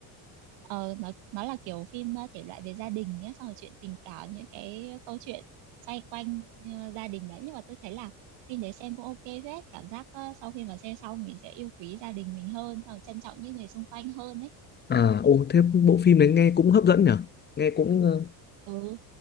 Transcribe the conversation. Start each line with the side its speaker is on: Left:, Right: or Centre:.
Right: Ờ, nó nó là kiểu phim ờ, thể loại về gia đình nhé xong rồi chuyện tình cảm những cái câu chuyện xoay quanh ờ, gia đình đấy nhưng mà tôi thấy là phim đấy xem cũng ok phết cảm giác ờ, sau khi mà xem xong mình sẽ yêu quý gia đình mình hơn xong rồi trân trọng những người xung quanh hơn ấy
Left: À, ô, thế bộ phim đấy nghe cũng hấp dẫn nhở? Nghe cũng ờ,
Right: ừ